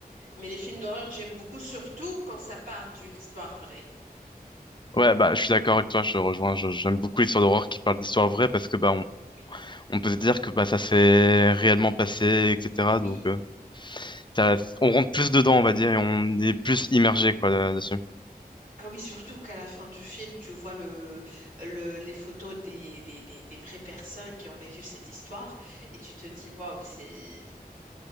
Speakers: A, on the right (about 60°); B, on the left (about 30°).
A: Mais les films d'horreur, j'aime beaucoup, surtout quand ça parle d'une histoire vraie.
B: Ouais, bah je suis d'accord avec toi, je te rejoins. Je- J'aime beaucoup les histoires d'horreur qui parlent d'histoires vraies parce que bah on,
A: Oui.
B: on peut se dire que bah ça s'est réellement passé, etc.
A: Oui.
B: Donc euh, ça- on rentre plus dedans, on va dire, et on est plus immergé quoi là- dessus.
A: Ah oui, surtout qu'à la fin du film, tu vois le, le- les photos des, des, des, des vraies personnes qui ont vécu cette histoire et tu te dis, waouh, c'est,